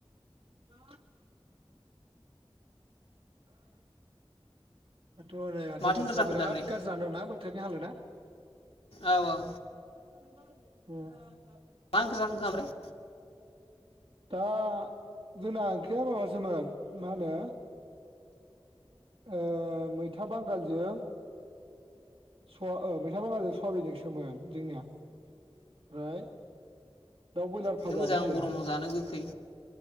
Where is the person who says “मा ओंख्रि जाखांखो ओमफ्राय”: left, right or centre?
Left